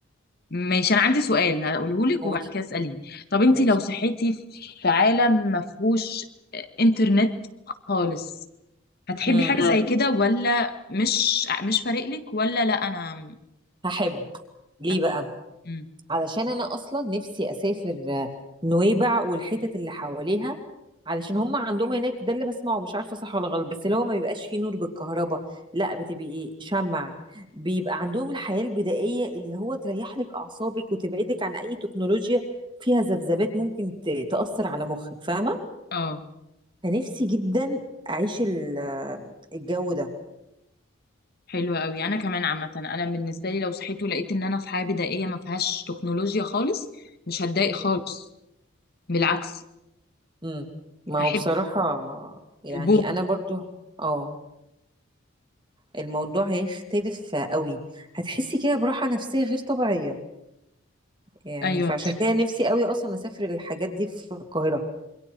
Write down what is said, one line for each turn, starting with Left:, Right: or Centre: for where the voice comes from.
Left: ماشي انا عندي سؤال هقوله لك
Right: قولي
Left: وبعد كده اساليني طب انت
Right: ماشي
Left: لو صحيتي في عالم ما فيهوش انترنت خالص هتحبي
Right: مم.
Left: حاجه زي آه. كده ولا مش مش فارق لك ولا لا انا
Right: هحب ليه
Left: هت...
Right: بقى
Left: مم.
Right: علشان أنا أصلا نفسي أسافر آه، نويبع والحتت اللي حواليها علشان هم عندهم هناك ده اللي بسمعه مش عارفة صح ولا غلط بس اللي هو ما بيبقاش فيه نور بالكهرباء لا بتبقي إيه شمع بيبقى عندهم الحياة البدائية اللي هو تريح لك أعصابك وتبعدك عن أي تكنولوجيا فيها ذبذبات ممكن ت- تأثر على مخك فاهمة
Left: اه
Right: فنفسي جدا أعيش ال- آه، الجو ده
Left: حلو قوي انا كمان عامه انا بالنسبه لي لو صحيت ولقيت ان انا في حياه بدائيه ما فيهاش تكنولوجيا خالص مش هتضايق خالص بالعكس
Right: امم ما
Left: هحب
Right: هو بصراحة يعني
Left: البوم
Right: أنا برضو اه الموضوع هيختلف قوي هتحسي كده براحة نفسية غير طبيعية يعني
Left: ايوه
Right: فعشان
Left: بالظبط.
Right: كده نفسي قوي أصلا أسافر الحاجات دي في القاهرة